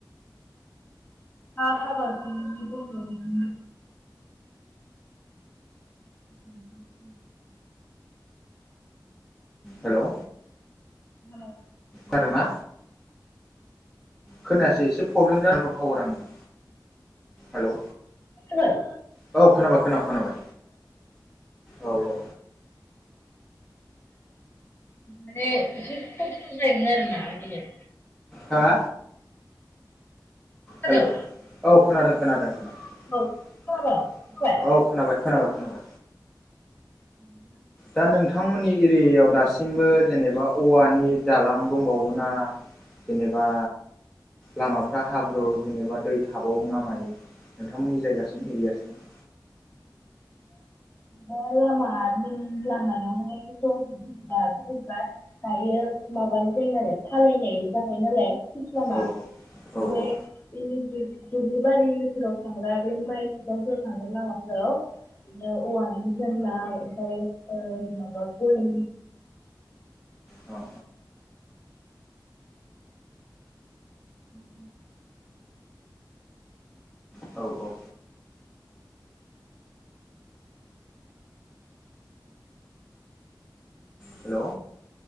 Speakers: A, on the left; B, in the centre.
A: आ हाबा <unintelligible> <unintelligible>
B: हेलौ
A: उम
B: आरो ना खोनायासै एसे प्रब्लेम जानानै दंथावर नोंना हेलौ
A: खोनाबाय?
B: औ खोनाबाय खोनाबाय खोनाबाय औ औ
A: माने एसे खस्थ' जायोमोन आरोोना आगोलो।
B: हा
A: खोनादों
B: हेल' औ खोनादों खोनादों खोनादों
A: औ खोनाबाय खोनाबाय
B: औ खोनाबाय खोनाबाय खोनाबाय
A: <inaudible>
B: दा नोंथांमोननि एरियायाव दासिमबो जेनेबा औवानि दालां दंबावोना जेनेबा लामाफ्रा हाब्रु जेनेबा दै थाबावो ना मायो नोंथांमोननि जायगासिम एरियासिम?
A: लामानि लामायावहायथ बि गला बोरैबा <unintelligible> दायो माबानाय जायो आरो थालायनाय जाखायो नालाय। फस लामा
B: औ औ
A: बेमफ्राय
B: औ
A: दुब्लि बारिफोराव थांग्रा बेनो माइ <unintelligible> थांग्रा लामाफोरावर बिदिनो औवानि जानला ओमफफ्राय ओै माबा <unintelligible> गय
B: अ
A: उम
B: औ औ औ हेल'